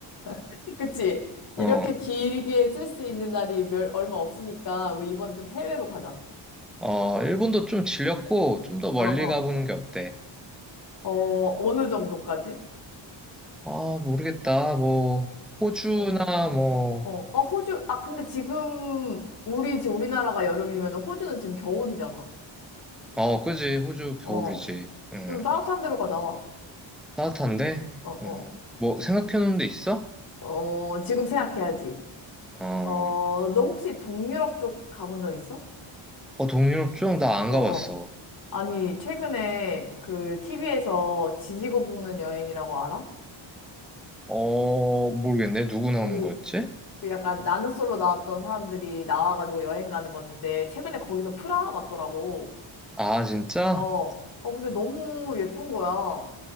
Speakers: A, on the left; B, in the centre.
A: <laughs> 그치? 이렇게
B: 어,
A: 길게 쓸 수 있는 날이 몇, 얼마 없으니까 우리 이번에 좀 해외로 가자.
B: 어, 일본도 좀 질렸고 좀 더 멀리
A: 어, 어.
B: 가보는 게 어때?
A: 어, 어느 정도까지?
B: 아, 모르겠다. 뭐, 호주나
A: 어,
B: 뭐,
A: 어, 어, 호주. 아, 근데 지금 우리 지금 우리나라가 여름이면 호주는 지금 겨울이잖아.
B: 어, 그지. 호주 겨울이지.
A: 어.
B: 응.
A: 좀 따뜻한 데로 가자. 어,
B: 따뜻한데?
A: 어.
B: 음, 뭐 생각해놓은 데 있어?
A: 어, 지금 생각해야지.
B: 어,
A: 어, 너 혹시 동유럽 쪽 가본 적 있어?
B: 어 동유럽 쪽? 나 안
A: 어,
B: 가봤어.
A: 어. 아니, 최근에 그 TV에서 지지고 볶는 여행이라고 알아?
B: 어, 모르겠네. 누구
A: 그,
B: 나오는 거였지?
A: 그 약간 나는 솔로 나왔던 사람들이 나와가지고 여행 가는 건데, 최근에 거기서 프라하 갔더라고.
B: 아, 진짜?
A: 어, 어, 근데 너무 예쁜 거야.